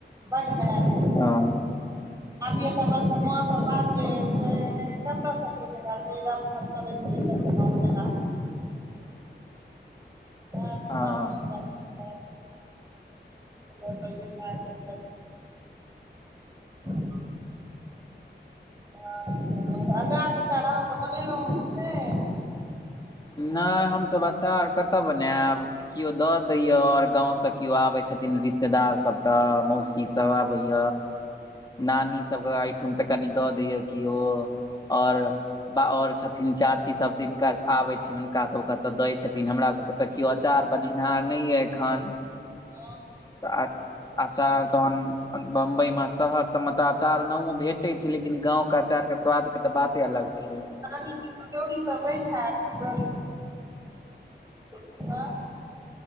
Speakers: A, on the right; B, on the left.
A: बड्ड नेहाल छी।
B: हँ
A: आबिये तऽ हमर सबके बात छै कतऽ चलियैद <inaudible>
B: <inaudible>
A: हमरा
B: हँ
A: सबके बड्ड नीक लागैत अस्पष्ट <unintelligible> ह <unintelligible> <unintelligible> अचार तचार आंहा सब बनेलौं हे कि नय
B: नय हम सभ अचार कतऽ बनेऽब केओ दऽ दैयऽ आओर गाँवसँ केओ आबैत छथिन रिश्तेदार सभ तऽ मौसी सभ आबैय नानी सबके ओहिठाम से कनि दऽ दैय किओ आओर आओर छथिन चाची सब तिनका आबै छी हुनका सबके तऽ दै छथिन हमरा सबके तऽ केओ अचार बनेनहार नै यऽ एखन
A: ह
B: तऽ आ अचार तहन बम्बइ मे शहर सभ मे तऽ अचार नओ भेटै छै लेकिन गाँव ओ अचार के स्वाद के तऽ बाते अलग छै
A: पानी कचौड़ी सब दै छथि <unintelligible>